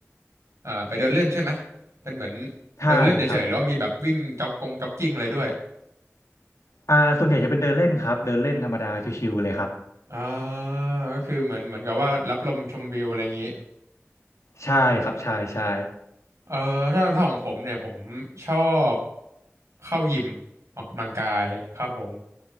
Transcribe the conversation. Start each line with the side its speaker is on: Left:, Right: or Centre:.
Right: อ่าไปเดินเล่นใช่ไหมเป็นเหมือน
Left: ใช่ครับ
Right: เดินเล่นเฉยๆแล้วามีแบบวิ่งจ็อกกงจ็อกกิ้งอะไรด้วย
Left: อ่าส่วนใหญ่จะเป็นเดินเล่นครับเดินเล่นธรรมดาชิวๆเลยครับ
Right: อ่าก็คือเหมือนเหมือนกับว่ารับลมชมวิวอะไรอย่างนี้
Left: ใช่ครับใช่ใช่
Right: เอ่อถ้าถ้าของผมเนี่ยผมชอบเข้ายิมออกกำลังกายครับผม